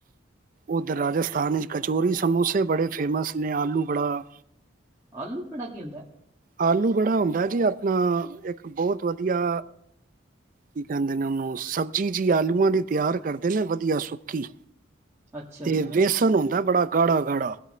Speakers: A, on the right; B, on the right.
A: ਓਦਰ ਰਾਜਸਥਾਨ ਇੱਚ ਕਚੋਰੀ, ਸਮੋਸੇ ਬੜੇ ਫੇਮਸ ਨੇ, ਆਲੂ ਵੜਾ
B: ਆਲੂ ਵ ੜਾ ਕੀ ਹੋਂਦੈ?
A: ਆਲੂ ਵੜਾ ਹੁੰਦੈ ਜੀ ਆਪਣਾ ਇੱਕ ਬੋਤ ਵਦੀਆ ਕੀ ਕੈਂਦੇ ਨੇ ਓਨੂੰ, ਸਬਜ਼ੀ ਜੀ ਆਲੂਆ ਦੀ ਤਿਯਾਰ ਕਰਦੇ ਨੇ ਵਦੀਆ ਸੁੱਕੀ
B: ਅੱਛਾ-ਅੱਛਾ,
A: ਤੇ ਵੇਸਨ ਹੁੰਦੈ ਬੜਾ ਗਾੜਾ, ਗਾੜਾ